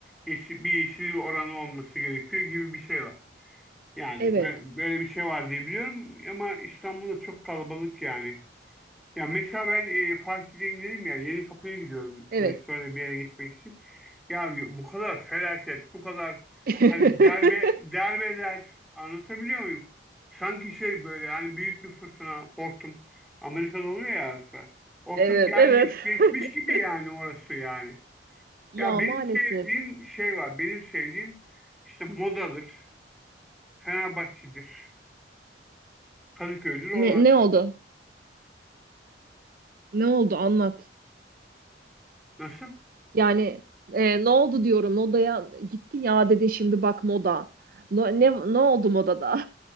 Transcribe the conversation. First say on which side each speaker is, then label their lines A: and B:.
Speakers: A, in the centre; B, on the right (about 50°).
A: yeşil, bir yeşillik oranı olması gerekiyor gibi bir şey var. Yani
B: Evet,
A: bö- böyle bir şey var diye biliyorum ama İstanbul'da çok kalabalık yani. Ya mesela ben e, Fatih'teyim dedim ya yeni kapıya gidiyorum
B: evet.
A: metroyla bir yere gitmek için. Ya bu kadar felaket, bu kadar
B: <laughs>
A: hani derbe derbeler anlatabiliyor muyum? Sanki şey böyle hani büyük bir fırtına hortum Amerika'da oluyor ya arası. Hortum
B: Evet,
A: gelmiş
B: evet.
A: geçmiş
B: <laughs>
A: gibi yani orası yani.
B: Ya
A: Ya benim
B: maalesef.
A: sevdiğim şey var. Benim sevdiğim işte Moda'dır, Fenerbahçe'dir, Kadıköy'dür orada.
B: Ne, ne oldu? Ne oldu? Anlat.
A: Nasıl?
B: Yani e, ne oldu diyorum. Modaya gitti ya dedi şimdi bak moda. No- ne, ne oldu modada?